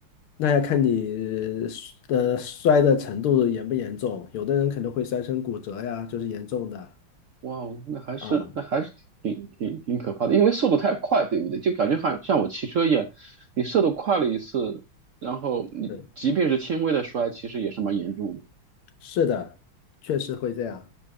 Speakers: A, on the left; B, on the right.
A: 那要看你的摔的程度严不严重，有的人可能会摔成骨折呀，就是严重的
B: 哇哦，那还是那还是挺挺挺挺可怕的，
A: 啊。
B: 因为速度太快，对不对？就感觉好像像我骑车一样，你速度快了一次，然后你即便是轻微的摔，
A: 对，
B: 其实也是蛮严重的。
A: 是的，确实会这样。